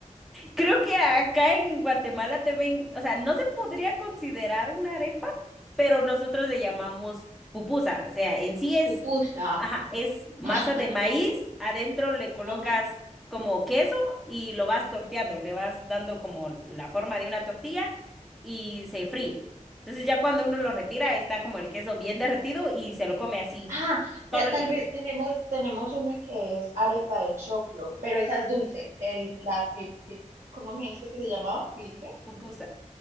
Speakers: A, in the centre; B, on the right.
A: Creo que acá en Guatemala también, o sea, no se podría considerar una arepa, pero nosotros le llamamos pupusa. O sea, en sí es,
B: pupusa.
A: ajá, es masa
B: <laughs>
A: de maíz, adentro le colocas
B: Ajá.
A: como queso y lo vas torteando, le vas dando como la forma de una tortilla y se fríe. Entonces ya cuando uno lo retira, está como el queso bien derretido y se lo come así,
B: Ah, te-
A: solo la
B: tal
A: tortilla.
B: vez tenemos, tenemos una que es arepa de choclo, pero esa es dulce. El, la pi- pi- ¿cómo me dijiste que se llamaba? ¿Pique?
A: Pupusa.